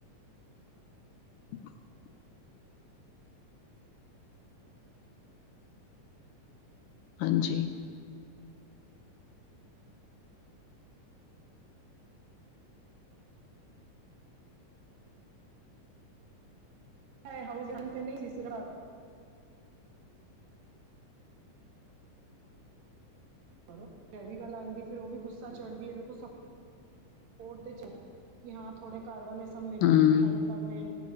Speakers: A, on the left; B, on the right.
A: <inaudible> ਹਾਂਜੀ।
B: <unintelligible> ਕਰੋ ਐ ਵੀ ਗੱਲ ਆਦੀ-ਆਦੀ ਫਿਰ ਓ ਵੀ ਗੁੱਸਾ ਚੜਦੀ ਐ ਦੇਖੋ ਸਾ, ਹੋਰ ਤੇ ਚ, ਕੀ ਹਾਂ ਥੋੜੇ ਘਰ ਵਾਲੇ ਸਭ ਮਿਲ
A: ਹਮ
B: ਜੁਲ ਕੇ ਹੈਲਪ ਕਰ ਦੇਨ,